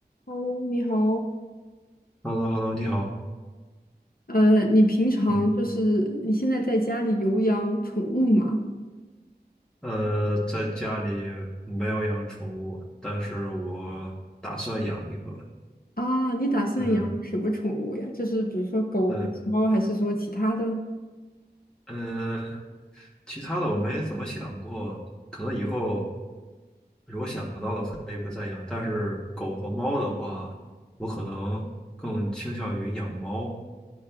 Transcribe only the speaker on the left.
Hello，你好。
呃，你平常就是你现在在家里有养宠物吗？
啊，你打算养什么宠物呀？
就是比如说狗还是猫，
还是说其他的？